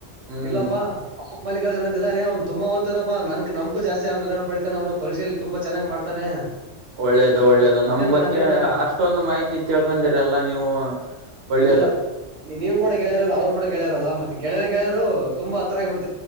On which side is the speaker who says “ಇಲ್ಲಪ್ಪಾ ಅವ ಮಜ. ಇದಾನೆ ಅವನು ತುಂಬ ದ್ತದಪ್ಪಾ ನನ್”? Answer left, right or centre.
Right